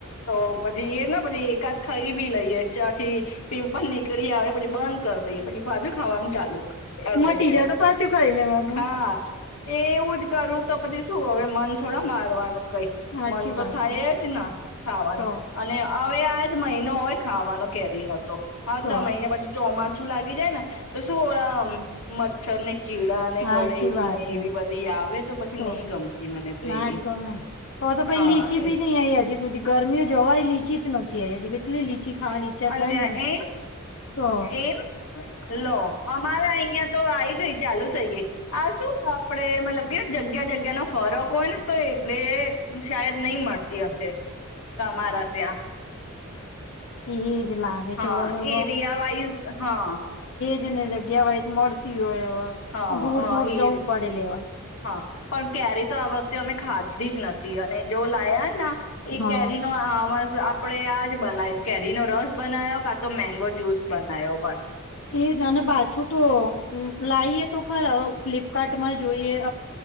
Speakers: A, on the left; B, on the left.
A: તો પી એને પછી એકાદ ખાઈ બી લઈએ ચ્યાંથી, પિમ્પલ નીકળી આવે પછી બંધ કરી દઈએ, પછી પાછું ખાઈ ખાવાનું ચાલુ કર
B: મટી
A: દઈએ,
B: જાય તો પાછું ખાઈ લેવાનું
A: હા એવું જ કરું તો પછી શું હવે મન થોડા મારવાનું. કઈ
B: સાચી
A: મન તો
B: વાત
A: થાય
B: છે
A: જ ન ખાવાનું.
B: તો
A: હવે આજ મહિનો હોય ખાવાનો કેરી નો તો. આવતા
B: તો
A: મહિને પછી ચોમાસુ. શું લાગી જાય, ને તો શું ઓડા મચ્છર ને કીડા ને
B: હ સાચી
A: ગળેલી
B: વાત
A: ને
B: છે,
A: એવી બધી આવે પછી
B: તો
A: નહી ગમતી મને તો
B: ના
A: એવી
B: જ ગમે ને, હવે તો ભાઈ
A: હા
B: લીચી
A: એ
B: બી નઈ આઈ હજી સુધી ગરમીઓ જવાઈ લીચી જ નથી આવી કેટલી લીચી ખાવાની ઈચ્છા
A: અલ્યા
B: થાય ને મને
A: એમ,
B: તો
A: એમ લો અમારા અહિયાયા તો આવી ગય ચાલુ થઈ ગઈ, આ શું આપડે મતલબ કે જગ્યા જગ્યા નો ફરક હોય ને તો એટલે શાયદ નઈ મળતી હશે, તમારા ત્યાં.
B: <unintelligible>
A: હા
B: છે હવે
A: એરિયા વાઈઝ હા
B: જેને જગ્યા વોઇસ મળતી હોય.
A: હા
B: દૂર
A: હા
B: દૂર
A: એ
B: જવું પડે લેવા.
A: હા, પણ કેરી તો આ વખતે અમે ખાધી જ નથી. જી અને જો લાયા ના, એ
B: હા
A: કેરી નો આપડે આજ બનાવ્યું કેરીનો રસ બનાવયો કા તો મેંગો જ્યુસ બનાવ્યો. બસ
B: એ ના ના પાછું તો લાવએ તો ખરા. ફ્લિપકાર્ટ માં જોઈએ